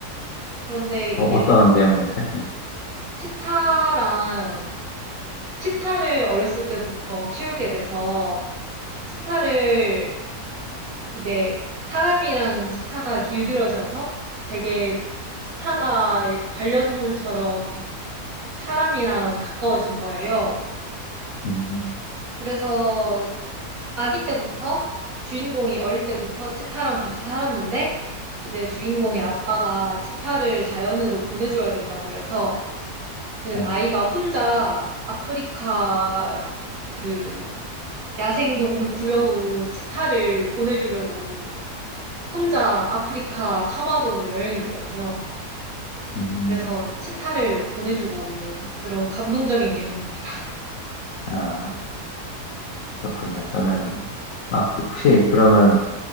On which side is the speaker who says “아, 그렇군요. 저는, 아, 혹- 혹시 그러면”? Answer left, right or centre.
Left